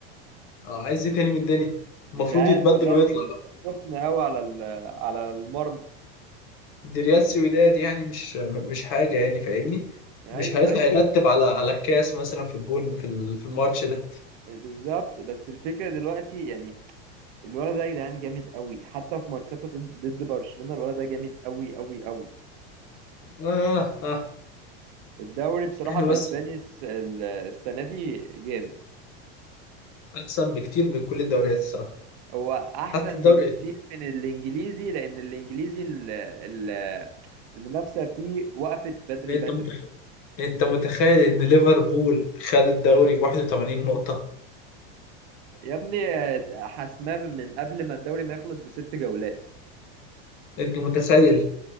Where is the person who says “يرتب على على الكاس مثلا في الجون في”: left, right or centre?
Left